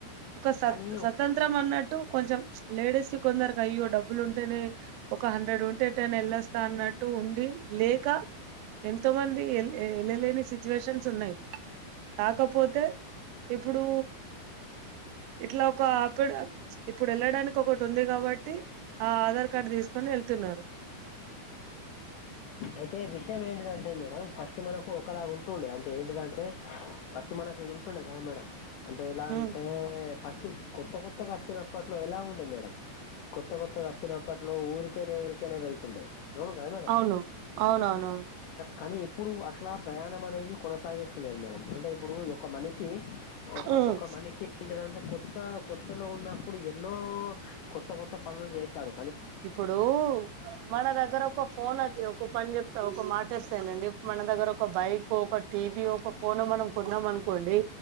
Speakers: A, on the right; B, on the left.
A: ఒక స్త్
B: కానీ
A: స్వతంత్రం
B: ఒక్
A: అన్నట్టు కొంచెం లేడీస్కి కొందరికి అయ్యో డబ్బులు ఉంటేనే ఒక హండ్రెడ్ ఉంటే ఎటైన వెళ్ళోస్తా అన్నట్టు ఉండి లేక ఎంతో మంది ఎ వెళ్ళలేని సిచ్యువేషన్స్ ఉన్నాయి కాకపోతే ఇప్పుడు ఇట్లా ఒక ఆప్పుడ ఇప్పుడు వెళ్ళడానికి ఒకటి ఉంది కాబట్టి ఆ ఆధార్ కార్డ్ తీసుకు కొని వెళ్తున్నారు
B: అయితే విషయం ఏంటిదంటే మేడం ఫస్ట్ మనకు ఒకలాగా ఉంటుండే అంటే ఏంటిదంటే ఫస్ట్ మనకి ఇది ఉంటుండే కద మేడం అంటే ఎలా
A: ఉమ్
B: అంటే ఫస్ట్ కొత్త కొత్తగా వచ్చినప్పట్లో ఎలా ఉండేదు మేడం కొత్త కొత్త కొత్తగా వచ్చినప్పట్లో ఊరికనే ఊరికనే వెళ్తుండే అవునా కాదా
A: అవును అవునవునవును
B: కానీ ఇప్పుడు అట్లా ప్రయాణం అనేది కొనసాగిస్తున్నారు మేడం అంటే ఇప్పుడు ఒక మనిషి ఒక
A: ఉమ్
B: ఒక మనిషి ఏంటిదంటే కొత్త కొత్తలో ఉన్నప్పుడు ఎన్నో కొత్త కొత్త పనులు చేసాడు
A: ఇప్పుడు వాళ్ల దగ్గర ఒక ఫోన్చ్చ ఒక పని చెప్తా ఒక మాట తెస్తానండి మన దగ్గర ఒక బైక్ ఒక టీవీ ఒక ఫోన్ మనం కొన్నాం అనుకు ండి